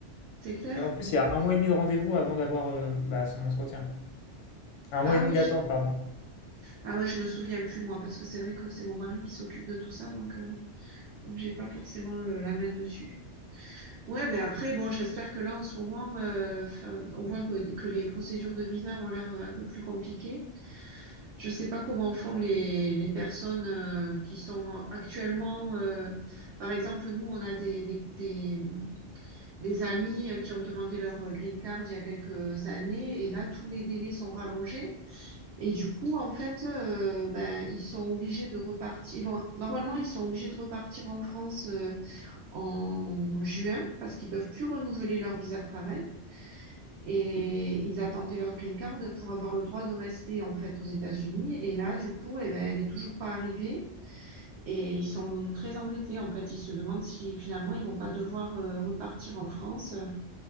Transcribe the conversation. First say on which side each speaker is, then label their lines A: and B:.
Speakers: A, on the right; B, on the left.
A: C'est clair?
B: Et en plus, il y a un mois et demi de rendez-vous avant d'avoir, heu, bah, son entretien. Un mois
A: Ah
B: et demi
A: oui.
B: d'attente, pardon.
A: Ah ouais, je me souviens plus moi, parce que c'est vrai que c'est mon mari qui s'occupe de tout ça, donc, euh, donc j'ai pas forcément le- la main dessus. Ouais, ben après, bon, j'espère que là, en ce moment, euh, f- euh, on voit que, que les procédures de visa ont l'air euh, un peu plus compliquées. Je ne sais pas comment font les, les personnes euh, qui sont actuellement, euh, par exemple, nous, on a des, des, des, des amis euh, qui ont demandé leur euh, green card il y a quelques années, et là, tous les délais sont rallongés. Et du coup, en fait, euh, ben, ils sont obligés de repartir. Ils vont, normalement, ils sont obligés de repartir en France euh, en juin parce qu'ils peuvent plus renouveler leur visa de travail. Et ils attendaient leur green card pour avoir le droit de rester en fait aux États-Unis. Et là, du coup, eh ben, elle est toujours pas arrivée. Et ils sont très embêtés. En fait, ils se demandent si finalement ils vont pas devoir euh, repartir en France, euh,